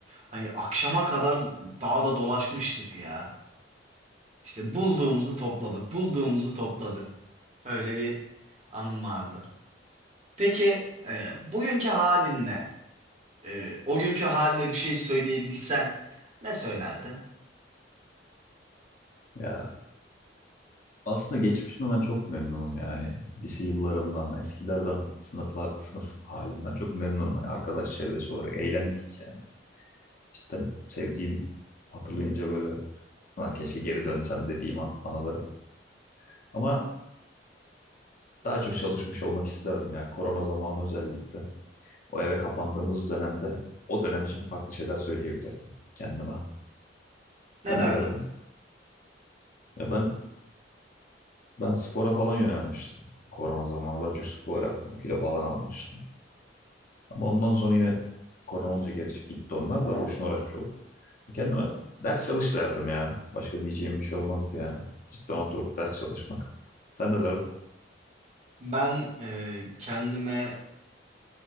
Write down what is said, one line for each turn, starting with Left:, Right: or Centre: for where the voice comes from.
Right: Hani akşama kadar dağda dolaşmıştık ya. İşte bulduğumuzu topladık, bulduğumuzu topladık. Öyle bir anım vardı. Peki e, bugünkü halinle, e, o günkü haline bir şey söyleyebilsen ne söylerdin?
Left: Ya Aslında geçmişten olan çok memnunum yani. Lise yıllarımdan, eskilerden, sınıflar, sınıf halimden çok memnunum. Hani arkadaş çevresi olarak eğlendik yani. Cidden sevdiğim, hatırlayınca böyle "Ulan keşke geri dönsem dediğim an- anılarım. Ama daha çok çalışmış olmak isterdim ya. Korona zamanı özellikle. O eve kapandığımız dönemde o dönem için farklı şeyler söyleyebilirdim kendime. Sen
Right: Ne derdin?
Left: ne derdin? Ya ben ben spora falan yönelmiştim. Korona zamanı daha çok spor yaptım. Kilo falan almıştım. Ama ondan sonra yine korona olunca geri gitti onlar da boşuna uğraşmış oldum. E Kendime ders çalış derdim ya. Başka diyeceğim bir şey olmazdı yani. Cidden oturup ders çalışmak. Sen ne derdin?
Right: Ben e, kendime